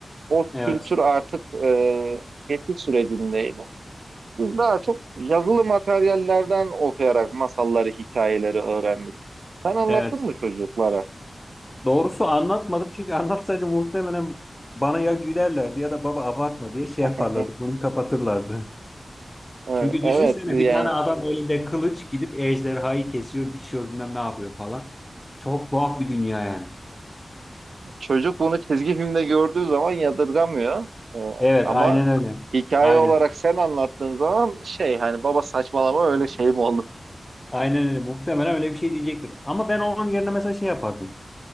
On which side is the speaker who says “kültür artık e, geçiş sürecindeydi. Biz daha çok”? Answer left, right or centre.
Right